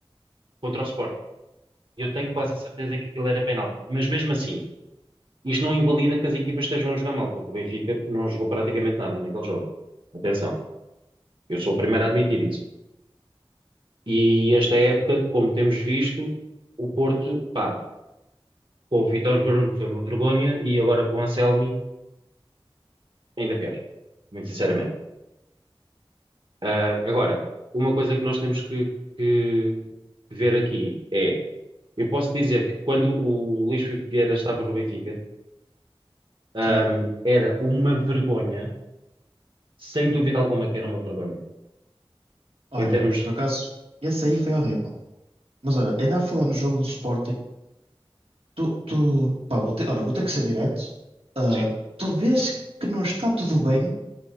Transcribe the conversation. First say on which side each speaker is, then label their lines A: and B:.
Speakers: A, on the right; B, on the right.
A: contra o Sporting. Eu tenho quase a certeza que aquilo era penalti. Mas mesmo assim, Isto não invalida que as equipas estejam a jogar mal, porque o Benfica não jogou praticamente nada naquele jogo. Atenção, eu sou o primeiro a admitir isso. E, e esta época, como temos visto, o Porto, pá, com o Vítor Bruno foi uma vergonha e agora com o Anselmi, ainda pior, muito sinceramente. Ah, agora, uma coisa que nós temos que, que ver aqui é, eu posso dizer que quando o Luís Filipe Vieira estava no Benfica, ah,
B: sim,
A: era uma vergonha, sem dúvida alguma que era uma vergonha,
B: olha,
A: em termos
B: por acaso, esse aí foi horrível. Mas olha, ainda a falar no jogo do Sporting, tu, tu pá, vou ter, olha, vou ter que ser direto. Uh,
A: Sim.
B: tu vês que não está tudo bem